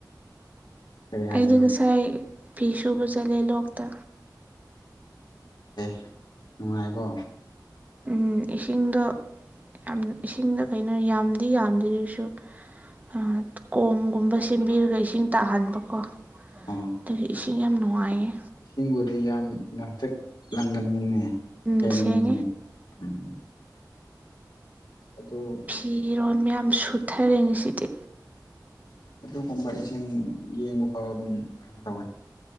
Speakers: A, on the left; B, on the right.
A: ꯀꯔꯤ ꯍꯥꯏꯗꯅꯣ
B: ꯑꯩꯗꯤ ꯉꯁꯥꯏ ꯐꯤ ꯁꯨꯕ ꯆꯠꯂꯦ ꯂꯣꯛꯇ
A: ꯑꯦ ꯅꯨꯡꯉꯥꯏꯀꯣ
B: ꯎꯝ ꯏꯁꯤꯡꯗꯣ ꯌꯥꯝ ꯏꯁꯤꯡꯗꯣ ꯀꯩꯅꯣ ꯌꯥꯝꯗꯤ ꯌꯥꯝꯗꯦ ꯑꯗꯣꯏꯁꯨ ꯑ ꯀꯣꯝꯒꯨꯝꯕ ꯁꯦꯝꯕꯤꯔꯒ ꯏꯁꯤꯡ ꯇꯥꯍꯟꯕꯀꯣ
A: ꯑꯣ
B: ꯑꯗꯨꯒꯤ ꯏꯁꯤꯡ ꯌꯥꯝ ꯅꯨꯡꯉꯥꯏꯌꯦ
A: ꯏꯁꯤꯡꯕꯨꯗꯤ ꯌꯥꯝ ꯂꯥꯡꯊꯛ ꯂꯪꯒꯟꯕꯅꯦ
B: ꯎꯝ
A: ꯁꯦꯡꯕꯅꯤꯅꯦ
B: ꯁꯦꯡꯉꯦ
A: ꯎꯝ ꯑꯗꯣ
B: ꯐꯤꯔꯣꯟ ꯃꯌꯥꯝ ꯁꯨꯊꯔꯦ ꯉꯁꯤꯗꯤ
A: ꯑꯗꯨꯒꯨꯝꯕ ꯏꯁꯤꯡ ꯌꯦꯡꯕ ꯐꯥꯎ ꯑꯗꯨꯝ ꯀꯩꯅꯣ ꯇꯧꯋꯦ